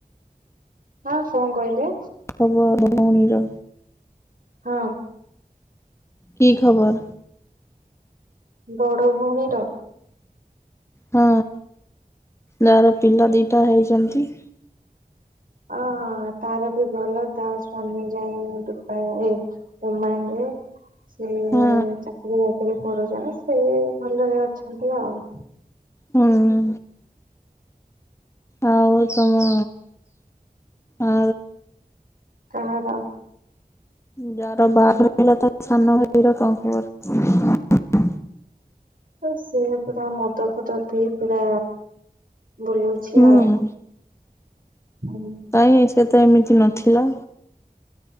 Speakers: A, on the right; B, on the left.
A: ହଁ କଣ କହିଲେ?
B: ଖବର ଭଉଣୀର।
A: ହଁ।
B: କି ଖବର?
A: ବଡ ଭଉଣୀର।
B: ହଁ, ଯାହାର ପିଲାଦିଟା ହେଇଛନ୍ତି।
A: ଅଁ। ହଁ ତାର ବି ଭଲ ତା ସ୍ଵାମୀ ଯାଇ <unintelligible> ମାନେ ସେ
B: ହଁ
A: ଚାକିରି ବାକିରି କରୁଛନ୍ତି ସେ ଭଲରେ ଅଛନ୍ତି ଆଉ
B: ହୁଁ ଆଉ ତମ ଆ
A: କାହାର
B: ଯାର ବାଘର ହେଲା ତା ସାନଭାଇ ର କଣ ଖବର
A: ଏ ସେ ପୁରା ମଦଫଦ ପି ପୁରା ବୁଲଉଛି
B: ହୁଁ
A: ଆଉ ହୁଁ
B: କାଇଁ ସେ ତ ଏମିତି ନଥିଲା।